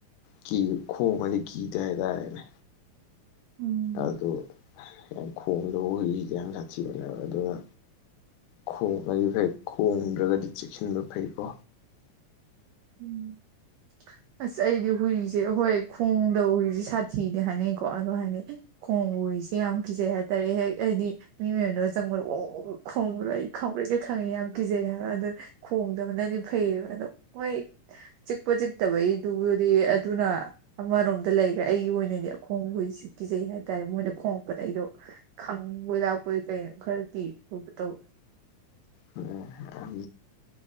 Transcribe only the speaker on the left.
ꯀꯤ ꯈꯣꯡꯉꯗꯤ ꯀꯤꯗꯦ ꯍꯥꯏꯇꯥꯔꯦꯅꯦ
ꯑꯗꯨ ꯌꯥꯝ ꯈꯣꯡꯗꯕ ꯍꯨꯏꯁꯤꯗꯤ ꯌꯥꯝ ꯁꯥꯊꯤꯕꯅꯦꯕ ꯑꯗꯨꯅ ꯈꯣꯡꯉꯗꯤ ꯐꯩ ꯈꯣꯡꯗ꯭ꯔꯒꯗꯤ ꯆꯦꯛꯁꯤꯟꯕ ꯐꯩꯀꯣ
<unintelligible>